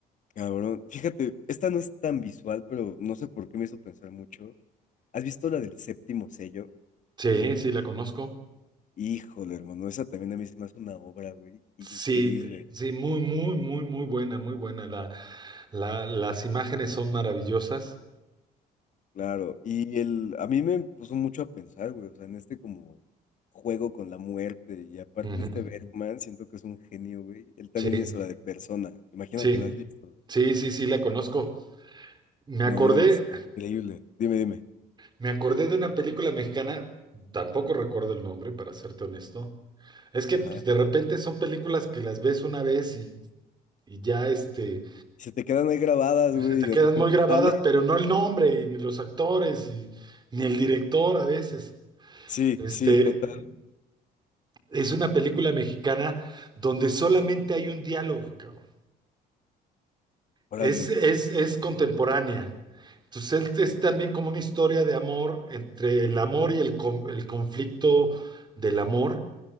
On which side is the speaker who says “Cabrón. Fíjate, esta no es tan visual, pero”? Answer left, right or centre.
Left